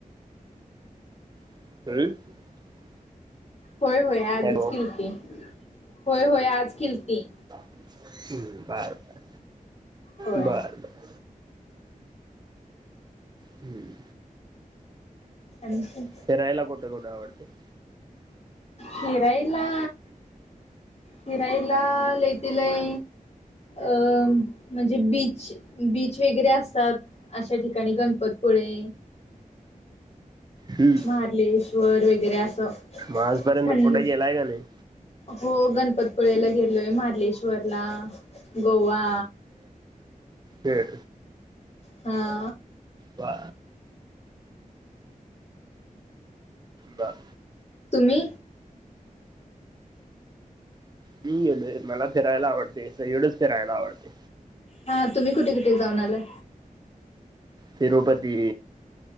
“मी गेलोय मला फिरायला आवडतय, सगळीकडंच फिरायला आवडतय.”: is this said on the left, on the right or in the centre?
Right